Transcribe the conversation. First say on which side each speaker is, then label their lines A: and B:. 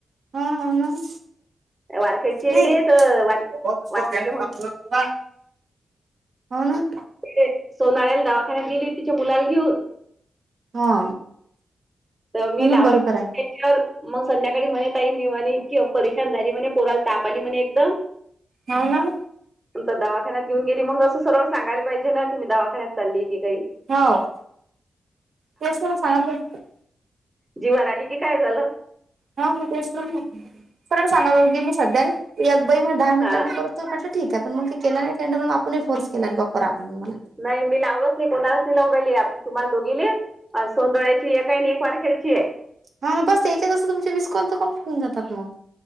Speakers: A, on the right; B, on the right.
A: ह. मग.
B: वारखेडची येते
A: नाही.
B: तर वा
A: <unintelligible>
B: वानखेडे म्हणून
A: हो, न.
B: ते सोनाऱ्याला दवाखान्यात गेली होती. तिच्या मुलाला घेऊन.
A: हा.
B: तव मी
A: म्हणून
B: लावला
A: बरोबर आहे.
B: <unintelligible> तर मग संध्याकाळी म्हणे, ताई मी म्हणे, इतकी परेशान झाली म्हणे. पोराला ताप आली म्हणे, एकदम. <inaudible>
A: हो, ना.
B: तर दवाखान्यात घेऊन गेली. मग असं, सरळ सांगायला पाहिजे ना की, मी दवाखान्यात चालली की काही.
A: हो. <unintelligible>
B: जीवार आली की, काय झालं.
A: हा म तेच ना. सरळ सांगाव की, मी सध्या. एक बाई म दहा
B: हा
A: मिनटान करत. त म्हटलं ठीकय. पण मग ती केला नाही. त्यांड मग आपणही फोर्स केला नाही. <unintelligible> मला.
B: नाही, मी लावलोच नाही. कोणालाच नाही लावून राहिली आता. तुम्हाला दोघीले. सोनदोळ्याची एक काय नाही एक वारकरीचीय.
A: ह बस, ते एककास तुमची वीस कॉल तर, कम्प्लीट होऊन जातात मग.